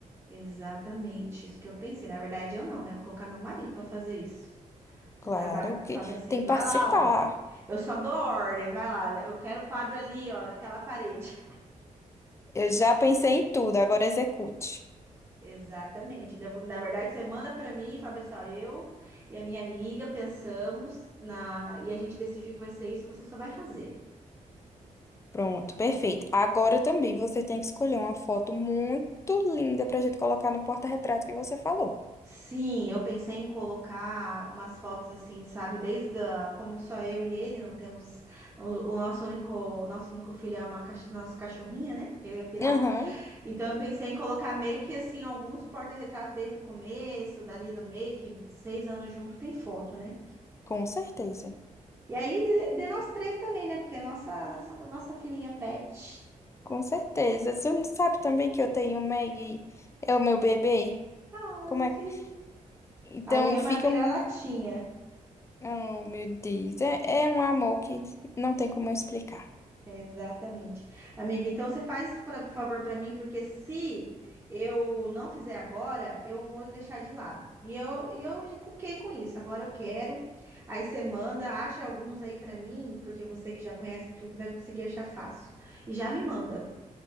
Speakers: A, on the right; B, on the left.
A: Exatamente, isso que eu pensei. Na verdade, eu não, né? Vou colocar meu marido pra fazer isso.
B: Claro
A: Eu traba- Fábio
B: que
A: é assim,
B: tem que
A: vai
B: participar.
A: lá, homem. Eu só dou ordem, vai lá. Eu quero o quadro ali, ó, naquela parede.
B: Eu já pensei em tudo, agora execute.
A: <laughs> Exatamente. Devo- Na verdade, você manda para mim, Fábio, assim, ó, eu e a minha amiga pensamos na e a gente decidiu que vai ser isso, você só vai fazer.
B: Pronto, perfeito. Agora também você tem que escolher uma foto muito linda pra gente colocar no porta-retrato que você falou.
A: Sim, eu pensei em colocar umas fotos assim, sabe? Desde a- como só eu e ele, não temos o, o nosso único, o nosso único filho é uma cach- nossa cachorrinha, né? Eu e a pirata.
B: Aham,
A: Então eu pensei em colocar meio que assim alguns porta-retratos desde o começo, dali do meio, que seis anos junto tem foto, né?
B: com certeza.
A: E aí de, de nós três também, né? Porque a nossa, nossa, nossa filhinha pet.
B: Com certeza. Você não sabe também que eu tenho o Maggie, é o meu bebê?
A: Ai,
B: Como é?
A: gente.
B: Então
A: A minha é
B: fica
A: uma vira-latinha.
B: muito. Oh, meu Deus. É, é um amor que não tem como eu explicar.
A: Exatamente. Amiga, então você faz esse fra- favor para mim, porque se eu não fizer agora, eu vou deixar de lado. E eu, e eu encuquei com isso. Agora eu quero. Aí você manda, acha alguns aí para mim, porque você que já conhece tudo vai conseguir achar fácil. E já me manda.